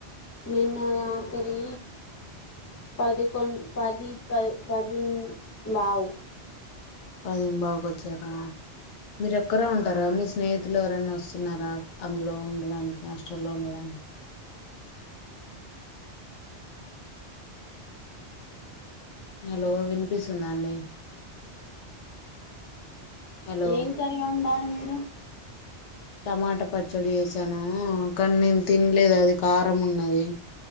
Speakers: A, on the left (about 25°); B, on the left (about 85°).
A: నిన్న రాత్రి పదికొండ్ పది పది పది లావు
B: పదిం బావు కి వచ్చార మీరు ఒక్కరే ఉంటారా మీ స్నేహితులు ఎవరన్న వస్తున్నారా అందులో ఉండడానికి హస్టల్లో ఉండడానికి హలో వినిపిస్తుందా అండి హలో
A: ఏం కర్రీ వండారు మీరు
B: టమాటా పచ్చడి చేసాను కానీ నేను తినలేదు అది కారం ఉన్నది